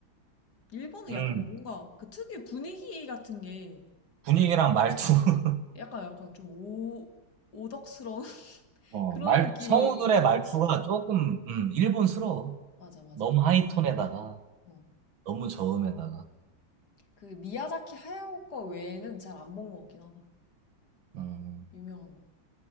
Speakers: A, on the left (about 50°); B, on the right (about 75°).
A: 일본은
B: 음
A: 약간 뭔가 그 특유의 분위기 같은 게
B: 분위기랑 말투 <laughs>
A: 약간 약간 좀 오, 오덕스러운 <laughs>
B: 어,
A: 그런
B: 말
A: 느낌이
B: 성우들의
A: 약간
B: 말투가
A: 있어.
B: 조금 음, 일본스러워.
A: 맞아, 맞아.
B: 너무 하이톤에다가
A: 어.
B: 너무 저음에다가.
A: 그 미야자키 하야오 거 외에는 잘 안 본 것 같긴 하다.
B: 음.
A: 유명한 거.